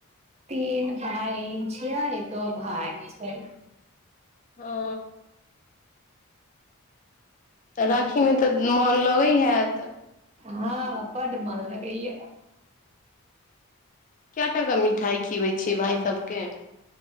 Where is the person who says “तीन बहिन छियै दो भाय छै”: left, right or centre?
Right